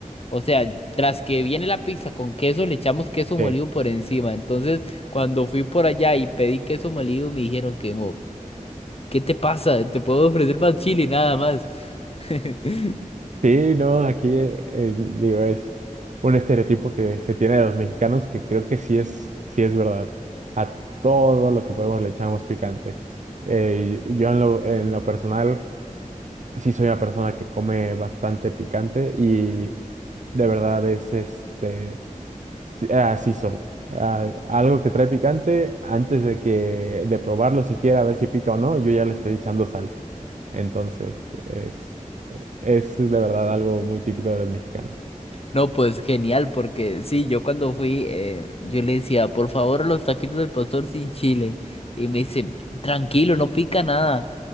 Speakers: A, on the left; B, on the right.
A: O sea, tras que viene la pizza con queso, le echamos queso molido
B: Sí.
A: por encima. Entonces, cuando fui por allá y pedí queso molido, me dijeron que ¿Qué te pasa? Te puedo ofrecer más chile, nada más. <laughs>
B: Sí, no, aquí eh, eh, digo, es un estereotipo que se tiene de los mexicanos que creo que sí es, sí es verdad. A todo lo que podemos le echamos picante. Eh, y yo en lo, en lo personal sí soy una persona que come bastante picante y de verdad es este, sí- así soy. Ah, algo que trae picante, antes de que de probarlo siquiera a ver si pica o no, yo ya le estoy echando salsa. Entonces, es es de verdad algo muy típico de los mexicanos.
A: No, pues genial, porque sí, yo cuando fui, eh, yo le decía, por favor, los taquitos del pastor sin chile. Y me dice, tranquilo, no pica nada.